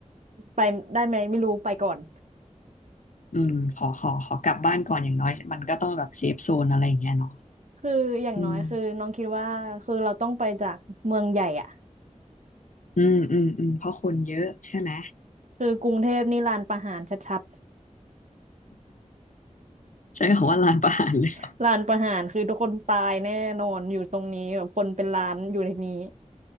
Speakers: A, on the right; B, on the left.
A: ไปได้ไหมไม่รู้ไปก่อน
B: อืมขอขอขอกลับบ้านก่อนอย่างน้อยมันก็ต้องแบบเซฟโซนอะไรอย่างเงี้ยเนาะ
A: คืออย่างน้อยคือน้องคิดว่าคือเราต้องไปจากเมืองใหญ่อะ
B: อืมอืมอืมอืมเพราะคนเยอะใช่ไหม
A: คือกรุงเทพนี่ลานประหารชัด
B: ใช้คำว่าลานประหารเลยเหรอ
A: ๆลานประหารคือทุกคนตายแน่นอนอยู่ตรงนี้แบบคนเป็นล้านอยู่ในนี้